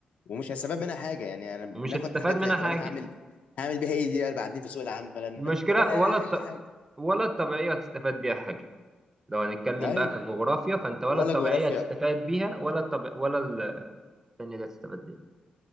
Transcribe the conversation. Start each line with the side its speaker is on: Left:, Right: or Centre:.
Left: ومش هستفاد منها حاجه يعني انا بناخد
Right: ومش هتستفاد
Left: حاجات
Right: منها حاجة
Left: طب انا هعمل هعمل بيها ايه دي بعدين في سوق العمل انا
Right: المشكلة
Left: ولا
Right: ولا الط...
Left: اي حاجه
Right: ولا الطبيعية هتستفاد بيها حاجة لو هنتكلم
Left: ايوه
Right: بقى كجغرافيا فانت ولا
Left: ولا
Right: الطبيعيه
Left: جغرافيا
Right: هتستفاد بيها ولا الطب... ولا ال- التانية اللي هتستفاد بيها